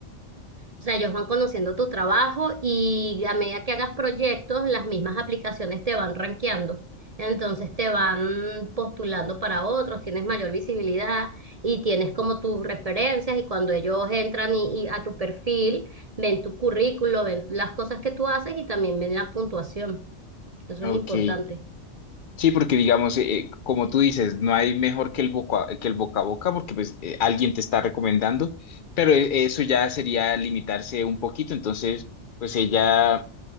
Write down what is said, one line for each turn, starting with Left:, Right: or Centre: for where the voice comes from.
Right: o sea, ellos van conociendo tu trabajo y a medida que hagas proyectos, las mismas aplicaciones te van rankeando. Entonces te van postulando para otros, tienes mayor visibilidad y tienes como tus referencias y cuando ellos entran y, y a tu perfil, ven tu currículo, ven las cosas que tú haces y también ven la puntuación. Eso
Left: ok.
Right: es importante.
Left: Sí, porque digamos, eh, como tú dices, no hay mejor que el boca, que el boca a boca, porque pues eh, alguien te está recomendando, pero eh, eso ya sería limitarse un poquito, entonces pues ella